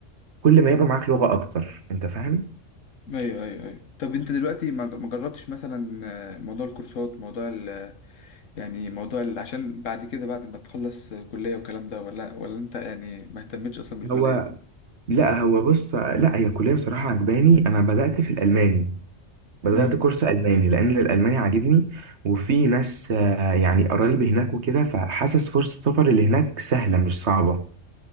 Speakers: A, on the right; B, on the left.
A: كل ما يبقى معاك لغه اكتر انت فاهم
B: ايوه ايوه ايوه طب انت دلوقتي ما ما جربتش مثلا آه، موضوع الكورسات موضوع ال يعني موضوع ال عشان بعد كده بعد ما تخلص آه، كلية والكلام ده ولا ولا انت يعني ما اهتمتش اصلا بالكلية
A: هو لا هو بص لا هي الكليه بصراحه عجباني انا بدات في الالماني بدأت
B: امم
A: كورس ألماني لأن الألماني عاجبني وفي ناس آه، يعني قرايبي هناك وكده فحاسس فرصة سفري لهناك سهلة مش صعبة